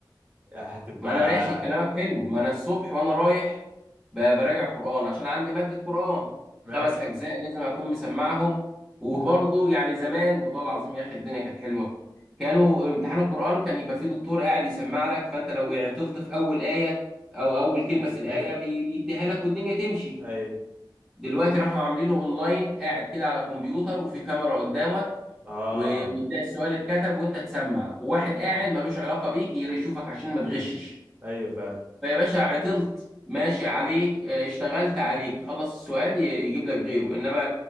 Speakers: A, on the right; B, in the centre.
A: هتبقى
B: ما انا ماشي كلامك حلو ما انا الصبح وانا رايح ب- براجع قرآن عشان عندي مادة قرآن
A: ماشي
B: خمس اجزاء لازم اكون مسمعهم وبرضه يعني زمان والله العظيم يا اخي الدنيا كانت حلوة كانوا امتحان القرآن كان يبقى فيه دكتور قاعد يسمع لك فانت لو عطلت في اول آية او اول كلمة
A: يسندك
B: في الآية بي- بيديها لك والدنيا تمشي
A: ايوه
B: دلوقتي راحوا عاملينه اونلاين قاعد كده على الكمبيوتر وفي كاميرا قدامك
A: اه
B: و- وتلاقي السؤال اتكتب وانت تسمع وواحد
A: مم.
B: قاعد ملوش علاقة بيك يشوفك عشان ما تغشش
A: ايوه فاهم
B: فيا باشا عطلت ماشي عليك آه، اشتغلت عليك تخلص السؤال ي- يجيب لك غيره انما